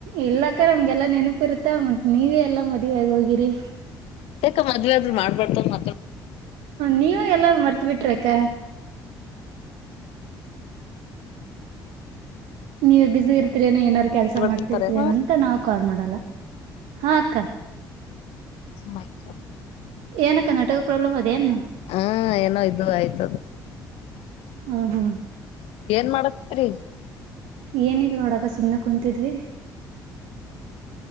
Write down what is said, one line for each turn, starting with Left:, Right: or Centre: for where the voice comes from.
Right: ಇಲ್ಲಾಕ್ಕ ನಮ್ಗೆಲ್ಲಾ ನೆನಪಿರತ್ತ ಮತ್ ನೀವೇ ಎಲ್ಲಾ ಮದ್ವೆ ಆಗ ಹೋಗಿರಿ.
Left: ಯಾಕ ಮದ್ವೆ ಆದ್ರ ಮಾಡ್ಬ್ಯದ್ ಮಾತ
Right: ನೀವು ಎಲ್ಲಾ ಮರ್ತ್ ಬಿಟ್ರಕ್ಕ. ನೀವು ಬಿಜಿ ಇರ್ತರಿ ಏನ ಏನಾರ ಕೆಲ್ಸ
Left: ಮಾತಾಡ್ಬಾರ್ದು
Right: ಮಾಡ್ತಿರ್ತರೇನ
Left: ಅಂತಾರೇನು
Right: ಅಂತ ನಾವ್ ಕಾಲ್ ಮಾಡಲ್ಲ ಹಾ ಅಕ್ಕ.
Left: ಮತ್ತ
Right: ಏನಕ್ಕ ನೆಟ್ವರ್ಕ್ ಪ್ರಾಬ್ಲಮ ಅದೇನ್.
Left: ಹಾ ಏನೋ ಇದು ಆಯ್ತದು.
Right: ಹ್ಮ ಹಾ
Left: ಏನ್ ಮಾಡಕತ್ರಿ.
Right: ಏನಿಲ್ಲ ನೋಡಕ್ಕ ಸುಮ್ನೆ ಕುಂತಿದ್ವಿ.